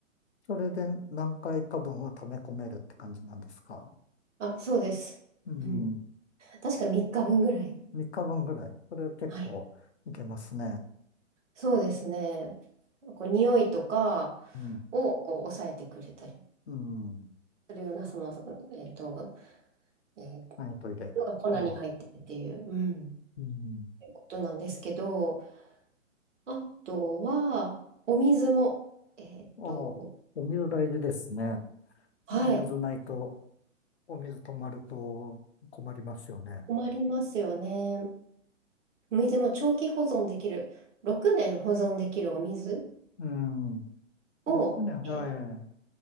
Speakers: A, on the left (about 55°); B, on the right (about 65°).
A: それで何回か分は溜め込めるって感じなんですか。
B: あ、そうです。
A: うん。
B: うん。確か3日分ぐらい。
A: 3日分ぐらい。それ結構いけますね。
B: はい。そうですね。こう匂いとか
A: うん。
B: をこう抑えてくれたり
A: うん。
B: するような、その、えっと、えー
A: 簡易トイレ。
B: のが粉に入ってるっていう、
A: はい。
B: うん、
A: うん。
B: いうことなんですけど、あとは、お水も、えっと、
A: ああ、お水大事ですね。
B: はい、
A: お水ないと、お水止まると困りますよね。
B: 困りますよね。お水も長期保存できる、6年保存できるお水
A: うん。
B: を、
A: 6年、
B: え
A: は